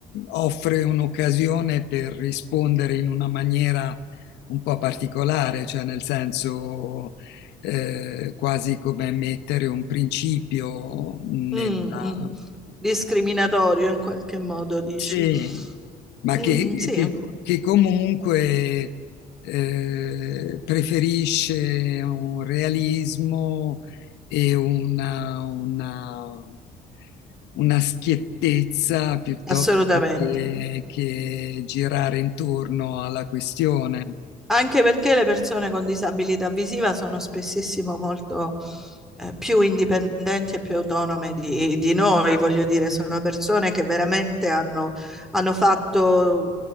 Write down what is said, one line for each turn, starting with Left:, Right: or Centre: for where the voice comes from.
Left: offre un'occasione per rispondere in una maniera un po' particolare, cioè nel senso eh, quasi come mettere un principio nella
Centre: Mm, mm. Discriminatorio in qualche modo, dici?
Left: sì, ma
Centre: Mm,
Left: che,
Centre: mm, sì,
Left: che- che comunque eh, preferisce un realismo e una, una- una schiettezza piuttosto
Centre: assolutamente.
Left: che, che girare intorno alla questione.
Centre: Anche perché le persone con disabilità visiva sono spessissimo molto eh, più indipendenti e più autonome di, di noi, voglio dire, sono persone che veramente hanno, hanno fatto